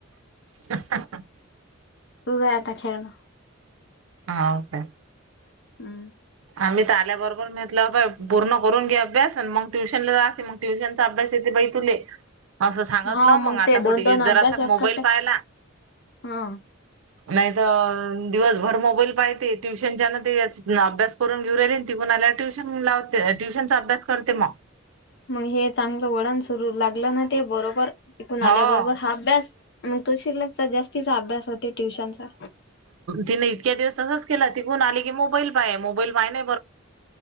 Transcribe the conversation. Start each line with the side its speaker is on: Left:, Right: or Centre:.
Right: <inaudible>
Left: होय आता खेळण
Right: हाव का
Left: हू
Right: आम्ही तर आल्याबरोबर नहत पूर्ण करून घे अभ्यास आणि मग ट्यूशन ला राहते मग ट्युशनचा अभ्यास येते बई तुले असं सांगतलं
Left: हा
Right: मग
Left: ते
Right: आता
Left: दोन
Right: कुठेे
Left: दोन अभ्यास
Right: जरासा
Left: एकखट्टा
Right: मोबाईल पाहिला
Left: हा
Right: नाहीत दिवसभर मोबाईल पाहते ट्युशनच्या ना ते अभ्यास करून घेऊ राहिली तीकुण आल्यावर ट्यूशन लावते ट्यूशनचा अभ्यास करते मग
Left: मग हे चांगलं वळण सुरू लागलं ना ते बरोबर तीकून आल्याबरोबर
Right: हो
Left: हा अभ्यास मग तो शिल्लकचा जास्तीचा अभ्यास होते ट्युशनचा
Right: तिने इतक्या दिवस तसच केला तीथून आली की मोबाईल पा आहे म मोबाईल पय ना.